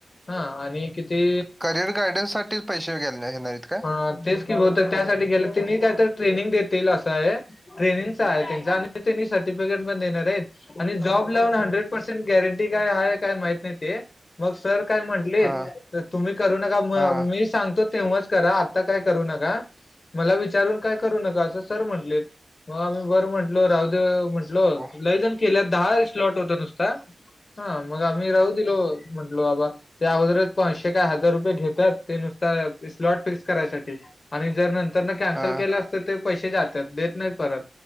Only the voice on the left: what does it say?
हा आणि? किती
हा तेच कि बहुतेक त्यासाठी गेलं तेनी काय तर ट्रेनिंग देतील असं आहे. ट्रेनिंगचा आहे त्यांच आणि त्यांनी सर्टिफिकेट पण देणार आहेत. आणि जॉब लावून हंड्रेड पर्सेंट गॅरंटी काय आहे काय माहित नाही ते. मग सर काय म्हंटलीट
तुम्ही करू नका म
मी सांगतो तेव्हाच करा आत्ता काय करू नका. मला विचारून काय करू नका असं सर म्हटले मग आम्ही बरं म्हटलो राहू दे लो
लैजन केल्यात दहा स्लॉट होता नुसता हा मग आम्ही राहू दिलो. म्हंटलो बाबा ते अगोदरच पाचशे काय हजार रुपये घेतात ते नुसता स्लॉट फ करायसाठी आणि जर नंतर न कॅन्सल
केलास तर पैसे जातात देत नाही परत.